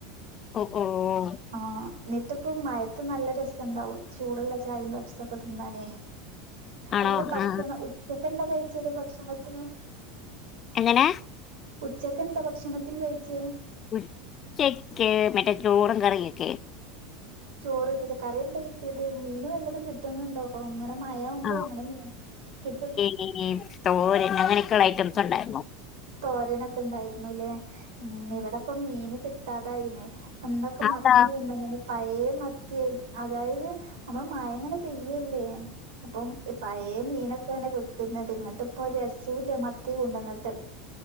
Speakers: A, on the left; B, on the right.
A: ഒ ഓം
B: ആഹ് ന്ന്ട്ട്പ്പോ മഴത്ത് നല്ല രസണ്ടാവും ചൂടുള്ള ചായിം പഫ് ഫ്സൊക്കെ തിന്നാനേ
A: ആണോ
B: എന്താ ഭക്ഷണം
A: ആ
B: ഉച്ചക്കെന്താ കഴിച്ചത് ഭക്ഷണത്തിന്.
A: എങ്ങനെ
B: ഉച്ചക്കെന്താ ഭക്ഷണത്തിന് കഴിച്ചേ
A: ഉച്ചക്ക് മറ്റേ ചോറും കറിയൊക്കെ
B: ചോറ് കറി എന്താ കിട്ടിയത് മീന് വല്ലതും കിട്ടുന്നുണ്ടോ? അപ്പൊങ്ങനെ മഴവുമ്പോ
A: ആ
B: എങ്ങനെ മീൻ കിട്ടും.
A: മീന്, തോരൻ അങ്ങനെയൊക്കെള്ള ഐറ്റംസ് ഉണ്ടായിരുന്നു.
B: തോരനൊക്കെ ഇണ്ടായിരുന്നുല്ലേ ഉം ഇവിടെപ്പോ മീന് കിട്ടാതായിന്. അന്നൊക്കെ
A: അതാ
B: മത്തി <inaudible> പഴേ മത്തി ആയിട്ട് അതായത് നമ്മള് മഴങ്ങനെ പെയ്യല്ലേ. അപ്പം പഴേ മീനൊക്കെയാണ് വി കുന്നത് ഇങ്ങട്ട്പ്പൊ ഒരുരസൂല്യ മത്തി കൊണ്ടുന്നിട്ട്